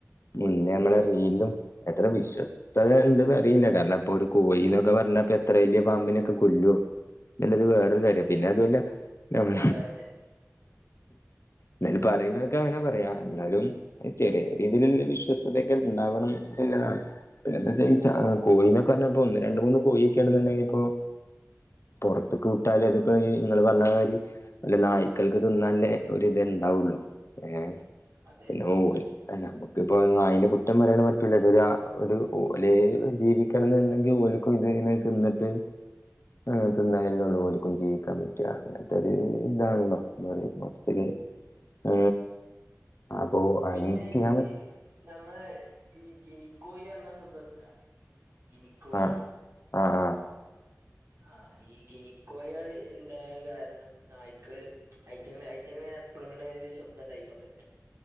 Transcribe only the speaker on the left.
മുന്നേ നമ്മള് നീലും എത്ര വിശ്വസ്തത. ഇണ്ടന്നറിയില്ല കാരണം അപ്പോ ഒരു കോഴിന്നൊക്കെ പറഞ്ഞപ്പൊ ഇത്ര വലിയ പാമ്പിനൊക്കെ കൊല്ലോ. നല്ലത് വേറൊരു കാര്യം പിന്നെ അതുവല്ല. നമ്മ
എന്നാലും പറയുന്നോൽക്ക അങ്ങനെ പറയാ എന്നാലും ചെറിയ രീതിയിലുള്ള വിശ്വസ്തതയൊക്കെ ഉണ്ടാവണം എന്നതാണ്. പിന്നെന്താ
ചെയ്യാ
ആ കോഴി എന്നൊക്കെ പറഞ്ഞപ്പോ ഒന്ന് രണ്ട് മൂന്ന് കോഴിയൊക്കെ ആണ് ഉണ്ടെന്നുണ്ടെങ്കി ഇപ്പൊ പുറത്ത് വിട്ടാല് ഇതിപ്പോ നിങ്ങള് പറഞ്ഞമാതിരി. വല്ല നായ്ക്കൾക്ക് തിന്നാൻള്ള ഒരിതേ ഇണ്ടാവുള്ളു ഏ
പിന്നെ ഓ നമ്മുക്കിപ്പോ അയിന്റെ കുറ്റം പറയാൻ പറ്റൂല ഇതെല്ലാം ഒര് <unintelligible> ജീവിക്കണം എന്നുണ്ടങ്കില് ഓൽക്കും ഇതി ഇങ്ങനെ തിന്നിട്ട് അങ്ങനെ തിന്നാലെല്ലേഉള്ളൂ ഓൽക്കും ജീവിക്കാൻ പറ്റാ അങ്ങനത്തെ ഒരു ഇതാണല്ലോ എന്താ പറയ മൊത്തത്തില്. ഹ് അപ്പൊ
<unintelligible>
ആഹ് ആഹ്